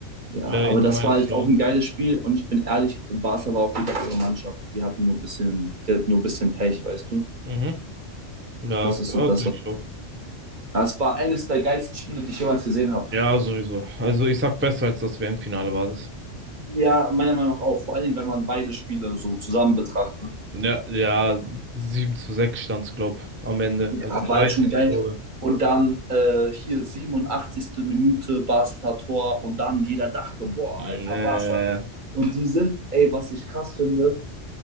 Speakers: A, on the right; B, on the right.
A: Ja,
B: äh,
A: aber
B: Inter
A: das
B: Mailand
A: war halt
B: verloren
A: auch ein
B: haben.
A: geiles Spiel und ich bin ehrlich, Barca war auch die bessere Mannschaft. Die hatten nur ein bisschen, die hatten nur ein bisschen Pech, weißt du?
B: Mhm. Ja,
A: Das ist
B: ja,
A: so das,
B: denke
A: was.
B: ich auch.
A: Das war eines der geilsten Spiele, die ich jemals gesehen habe.
B: Ja, sowieso. Also ich sag besser als das WM-Finale war das.
A: Ja, meiner Meinung nach auch. Vor allen Dingen, wenn man beide Spiele so zusammen betrachtet.
B: Ja, ja, sieben zu 6 stand's, glaub, am Ende.
A: Ja,
B: Also
A: war
B: 13
A: halt schon geil.
B: Tore.
A: Und dann äh, hier 87. Minute Barca Tor und dann jeder dachte, boah,
B: Mm,
A: alter
B: Ja, ja,
A: Barca.
B: ja.
A: Und die sind, ey, was ich krass finde,